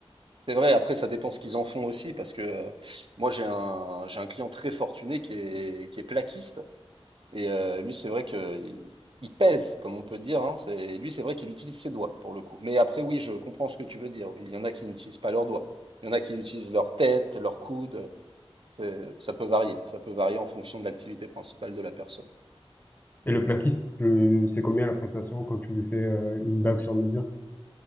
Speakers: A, on the right; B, on the left.
A: C'est vrai, après, ça dépend ce qu'ils en font aussi, parce que euh, moi, j'ai un, j'ai un client très fortuné qui est, qui est plaquiste, et euh, lui, c'est vrai que il, il pèse, comme on peut dire, hein. C'est, lui, c'est vrai qu'il utilise ses doigts, pour le coup. Mais après, oui, je comprends ce que tu veux dire. Il y en a qui n'utilisent pas leurs doigts. Il y en a qui utilisent leur tête, leur coude. C'est- Ça peut varier. Ça peut varier en fonction de l'activité principale de la personne.
B: Et le plaquiste, tu- c'est combien la prestation quand tu lui fais euh, une bague sur mesure?